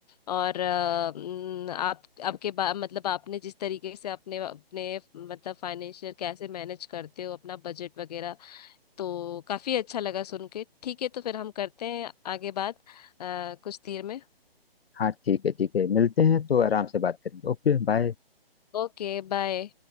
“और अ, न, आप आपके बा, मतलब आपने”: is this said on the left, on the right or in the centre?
Left